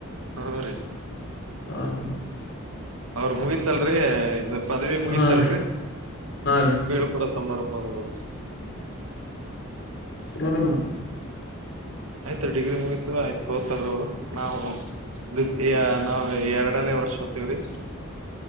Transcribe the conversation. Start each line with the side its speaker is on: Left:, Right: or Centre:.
Right: ಹ್ಮ ರೀ
Left: ಹ ಹಾ
Right: ಅವ್ರ ಮುಗತಲ್ರಿ ಇ ಪದವಿ ಮುಗೀತಲ್ರಿ
Left: ಹಾ ರೀ ಹಾ ರೀ
Right: ಬೀಳ್ ಕೊಡ ತುಂಬಾರುಂಬ ಬದು <unintelligible>
Left: ಚಲೋರ ಮಾತ
Right: ಆಯ್ತ ಡಿಗ್ರಿ ಮುಗತು ಆಯ್ತು ಹೋದತಾರ ಅವರು ನಾವು ದ ನಾವವು ಎರಡನೇ ವರ್ಷ ಹ್ತೀವ್ರಿ